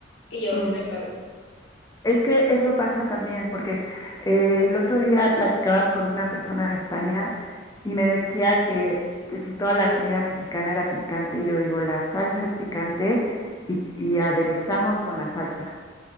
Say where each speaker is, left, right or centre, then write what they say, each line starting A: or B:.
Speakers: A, on the left; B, on the left.
A: que yo recuerde.
B: Mm, Es que eso pasa también, porque eh, el otro día platicaba con una persona de España y me decía que, que si toda la comida mexicana era picante, yo digo, la salsa es picante y, y aderezamos con la salsa.